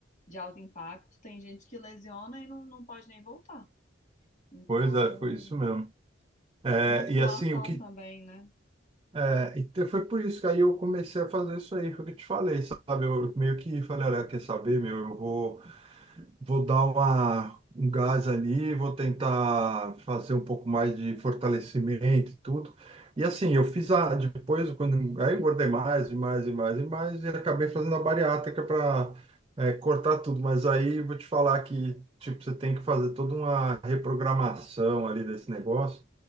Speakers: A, on the left; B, on the right.
A: de alto impacto, tem gente que lesiona e não, não pode nem voltar. Então,
B: Pois é, foi isso mesmo. É,
A: e musculação
B: e assim, o que.
A: também, né?
B: É, então foi por isso que aí eu comecei a fazer isso aí, foi o que eu te falei, sabe? Eu meio que falei, olha, quer saber, meu, eu vou. vou dar uma, um gás ali, vou tentar fazer um pouco mais de fortalecimento e tudo. E assim, eu fiz a, depois, quando, aí eu engordei mais e mais e mais e mais, e acabei fazendo a bariátrica para cortar tudo. Mas aí eu vou te falar que, tipo, você tem que fazer toda uma reprogramação ali desse negócio,